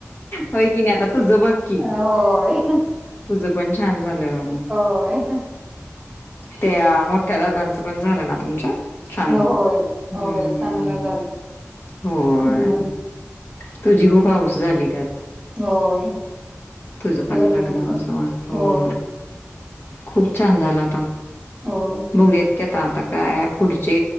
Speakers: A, on the left; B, on the right.
A: होय की नाही आता तुझं बघ की
B: होय.
A: तुझं पण छान झालं
B: हो <inaudible>
A: त्या मोठ्या दादांचं पण झालं ना तुमच्या छान
B: होय होय
A: हम्
B: चांगलं झालं
A: होय.
B: हम्म
A: तुझी खूप हौऊस झाली त्यात
B: होय
A: तुझं पण
B: लग्नानंतर
A: लग्न अस मस्त हो
B: होय
A: खूप छान झाला आता
B: हो.
A: ुगेत घता त ॲप पुढचे